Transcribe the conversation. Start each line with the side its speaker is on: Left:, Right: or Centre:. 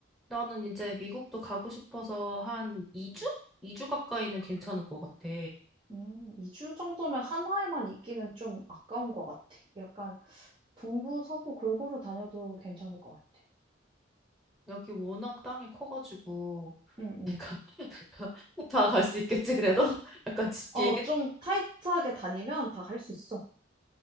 Centre: 나는 이제 미국도 가고 싶어서 한 2주?
Right: 응.
Centre: 2주 가까이는 괜찮을 것 같아.
Right: 음, 2주 정도면 하나에만 있기는 좀 아까운 것 같아. 약간 동부, 서부 골고루 다녀도 괜찮을 것 같아.
Centre: 여기 워낙 땅이 커가지고
Right: 응, 응.
Centre: 내가 <laughs> 다 갈 수 있겠지 그래도 <laughs> 약간 지-
Right: 어,
Centre: 비행기
Right: 좀 타이트하게 다니면 다 갈 수 있어.